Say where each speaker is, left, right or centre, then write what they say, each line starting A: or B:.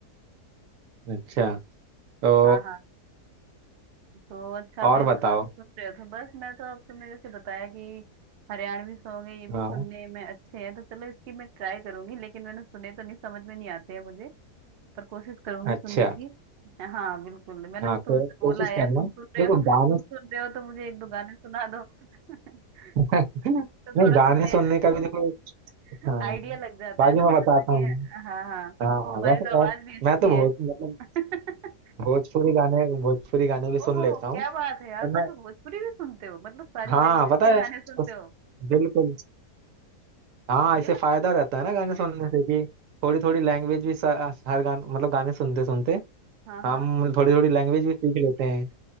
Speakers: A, on the right; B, on the right.
A: अच्छा तो
B: हाँ हाँ तो अच्छा
A: और
B: बेस
A: बताओ
B: आप भी सुन रहे हो तो बस मैं तो अब तुमने जैसे बताया कि हरियाणवी सॉन्ग है ये भी
A: हाँ
B: सुनने में अच्छे हैं तो चलो इसकी मैं ट्राई करूंगी लेकिन मैंने सुने तो नहीं समझ में नहीं आते हैं मुझे पर कोशिश करूंगी
A: अच्छा
B: सुनने की हाँ बिल्कुल मैंने
A: हाँ
B: तो
A: को,
B: तुमसे
A: कोशिश
B: बोला है यार
A: करना
B: तुम सुन रहे
A: देखो
B: हो
A: गाने
B: तुम सुन रहे हो तो मुझे एक दो गाने सुना दो <laughs>
A: <laughs> नहीं
B: तो थोड़ा
A: गाने
B: सा मुझे
A: सुनने का भी देखो
B: <laughs>
A: हाँ
B: आइडिया लग जाता
A: बाकी
B: है ना
A: मैं
B: थोड़ा
A: बताता
B: सा कि
A: हूँ
B: हाँ हाँ
A: हाँ
B: तुम्हारी
A: वैसे
B: तो आवाज
A: यार
B: भी अच्छी
A: मैं तो
B: है
A: भोज मतलब
B: <laughs>
A: भोजपुरी गाने भोजपुरी गाने भी
B: ओहो
A: सुन लेता
B: क्या
A: हूँ
B: बात
A: पर
B: है यार तुम
A: मैं
B: तो भोजपुरी भी सुनते हो मतलब सारी
A: हाँ
B: लैंग्वेज
A: पता
B: के
A: है
B: गाने सुनते
A: उस-
B: हो
A: बिल्कुल हाँ इससे
B: ये
A: फायदा
B: तो
A: रहता है ना गाने सुनने से कि थोड़ी थोड़ी लैंग्वेज भी सा- हर गान मतलब गाने सुनते सुनते
B: हाँ
A: हम
B: हाँ
A: थोड़ी थोड़ी लैंग्वेज भी सीख लेते हैं